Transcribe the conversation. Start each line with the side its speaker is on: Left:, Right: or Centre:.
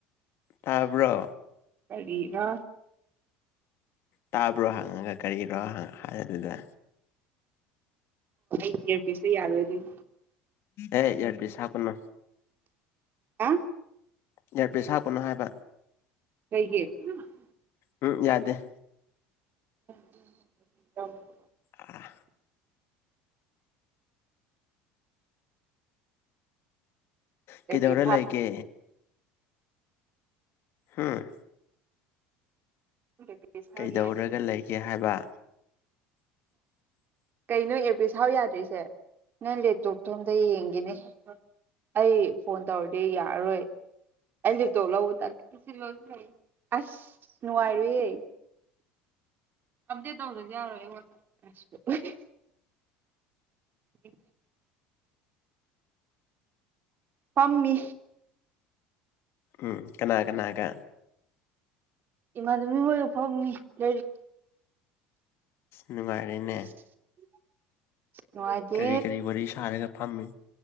Left: ꯇꯥꯕ꯭ꯔꯣ
Right: ꯀꯔꯤꯔ
Left: ꯇꯥꯕ꯭ꯔꯣ ꯍꯪꯉꯒ ꯀꯔꯤꯔꯣ ꯍꯪ ꯍꯥꯏꯅꯗꯦꯗ
Right: ꯑꯩꯒꯤ ꯏꯌꯔꯄꯤꯁꯁꯦ ꯌꯥꯗꯕꯥ ꯗꯨꯏ
Left: ꯑꯦ ꯏꯌꯔꯄꯤꯁ ꯍꯥꯞꯀꯅꯣ
Right: ꯍꯥ
Left: ꯏꯌꯔꯄꯤꯁ ꯍꯥꯞꯀꯅꯣ ꯍꯥꯏꯕ
Right: ꯀꯩꯒꯤ ꯏꯌꯥꯔꯄꯤꯁ
Left: ꯎꯝ ꯌꯥꯗꯦ
Right: <unintelligible>
Left: ꯑꯥ ꯀꯩꯗꯧꯔ
Right: ꯏꯌꯥꯔꯄꯤꯁ
Left: ꯂꯩꯒꯦ ꯍꯨꯝ
Right: <unintelligible>
Left: ꯀꯩꯗꯧꯔꯒ
Right: ꯌꯥꯗꯦ
Left: ꯂꯩꯒꯦ ꯍꯥꯏꯕ <unintelligible>
Right: ꯀꯩꯅꯣ ꯑꯦꯔꯄꯤꯁ ꯍꯥꯞꯄ ꯌꯥꯗ꯭ꯔꯤꯁꯦ ꯅꯪ ꯂꯦꯞꯇꯣꯞꯇꯣ ꯑꯝꯇ ꯌꯦꯡꯒꯦꯅꯦ ꯑꯩ ꯐꯣꯟ ꯇꯧꯔꯗꯤ ꯌꯥꯔꯔꯣꯏ ꯑꯩ ꯂꯦꯞꯇꯣꯞ ꯂꯧꯕ ꯇꯜ <unintelligible> ꯑꯁ ꯅꯨꯡꯉꯥꯏꯔꯣꯏꯌꯦ ꯑꯞꯗꯦꯠ ꯇꯧꯗ꯭ꯔꯁꯨ ꯌꯥꯔꯣꯏ <unintelligible> ꯎꯝ ꯐꯝꯃꯤ
Left: ꯎꯝ ꯀꯅꯥ ꯀꯅꯥꯒ
Right: ꯏꯃꯥꯅꯕꯤ ꯃꯈꯣꯏꯒ ꯐꯝꯃꯤ ꯂꯥꯏꯔꯤꯛ
Left: ꯅꯨꯡꯉꯥꯏꯔꯦꯅꯦ
Right: <unintelligible> ꯅꯨꯡꯉꯥꯏꯇꯦ
Left: ꯀꯔꯤ ꯀꯔꯤ ꯋꯥꯔꯤ ꯁꯥꯔꯒ ꯐꯝꯃꯤ